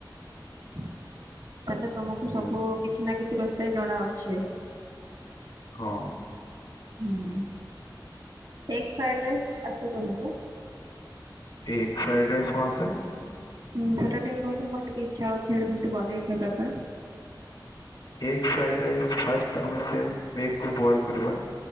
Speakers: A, on the right; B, on the left.
A: ତାହେଲେ ତୁମକୁ
B: ହୁଁ
A: ସବୁ କିଛି ନା କିଛି ରୋଷେଇ ଜଣା ଅଛି।
B: ହଁ।
A: ହୁଁ ଏଗ୍ ଫ୍ରାଏ ରାଇସ୍‌ ଆସେ ତୁମକୁ?
B: ଏ ଫ୍ରାଇଡ୍‌ ରାଇସ୍‌ ହଁ ଆସେ।
A: ହୁଁ ସେଟା ଟିକେ କହିଲେ ମୋର ଟିକେ ଇଚ୍ଛା ଅଛି ଏମିତି ବନେଇ ଖାଇବା ପାଇଁ।
B: ଏଗ୍ ଫ୍ରାଏଡ୍‌ ରାଇସ୍‌ ଫାଷ୍ଟ ଆମେ ସେମ୍ ଏଗ୍ କୁ ବଏଲ୍ କରିବା।